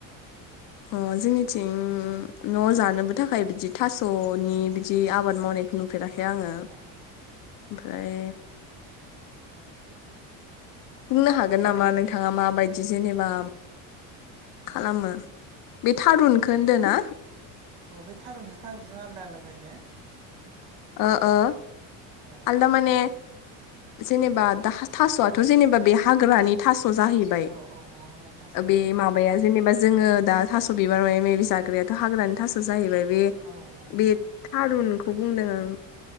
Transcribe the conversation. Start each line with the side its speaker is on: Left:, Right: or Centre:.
Left: अ जोंनिथिं न' जानोबो थाखाय बिदि थास'नि बिदि आबाद मावनायखौ नुफेरा खै आंङो
Right: ओ ओ
Left: ओमफ्राय बुंनो हागोन नामा नोंथाङा माबायदि जेनेबा खालामो बे थारुनखौ होनदो ना?
Right: अ बे थारुनजों थास'जों आलदा आलदा जायो ने?
Left: ओ ओ
Right: अ
Left: आलदा माने जेनेबा दा थास'आथ' जेनेबा बे हाग्रानि थास' जाहैबाय
Right: औ औ औ हाग्रानि थास'
Left: ओ
Right: औ
Left: बे मा बाया जेनेबा जोङो दा थास' बिबार मायबा मायबि जाग्रायाथ' हाग्रानि थास' जाहैबाय बे
Right: औ औ
Left: बे थारुनखौ बुंदों आं।